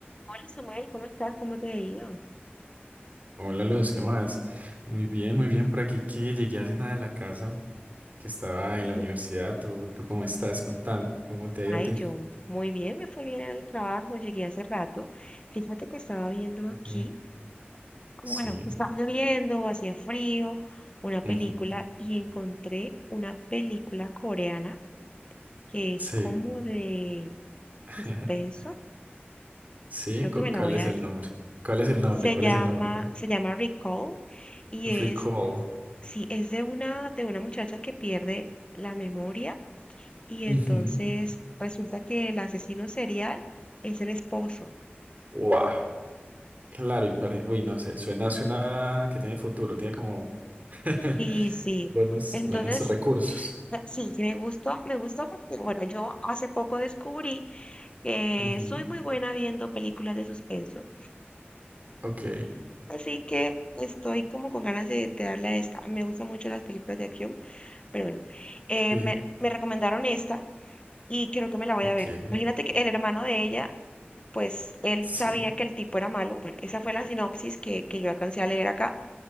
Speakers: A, on the left (about 25°); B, on the right (about 40°).
A: Hola Samuel, ¿cómo estás? ¿Cómo te ha ido?
B: Hola, los ¿qué más? Muy bien, muy bien por aquí que llegué hace nada a la casa, que estaba en
A: Sí.
B: la universidad. ¿Tú, tú cómo estás? Contame, ¿cómo te ha ido
A: Ay,
B: a ti?
A: yo muy bien, me fue bien en el trabajo, llegué hace rato. Fíjate que estaba viendo aquí,
B: Ok.
A: como
B: Sí.
A: bueno, estaba lloviendo, hacía frío, una película
B: ujú,
A: y encontré una película coreana que es
B: Sí.
A: como de
B: <laughs>
A: suspenso
B: Sí,
A: y creo
B: cu-
A: que me la
B: ¿cuál
A: voy
B: es
A: a
B: el
A: ver.
B: nombre? ¿Cuál es el nombre?
A: Se
B: ¿Cuál
A: llama,
B: es el nombre? Lore?
A: se llama Recall y es,
B: Recall.
A: sí, es de una, de una muchacha que pierde la memoria. Y
B: Ujú.
A: entonces resulta que el asesino serial es el esposo.
B: Wow. Claro, y perdi- Uy, no sé, suena, suena que tiene futuro, tiene como <laughs>
A: Y sí,
B: buenos,
A: entonces
B: buenos recursos.
A: eh, sí, sí me gustó, me gustó porque, bueno, yo hace poco descubrí que
B: Ujú,
A: soy muy buena viendo películas de suspenso,
B: Ok,
A: así que estoy como con ganas de, de darle a esta. Me gustan mucho las películas de acción, pero bueno, eh,
B: sí,
A: me, me recomendaron esta y creo que me la voy
B: ok,
A: a ver. Imagínate que el hermano de ella, pues él
B: sí,
A: sabía que el tipo era malo. Bueno, esa fue la sinopsis que, que yo alcancé a leer acá.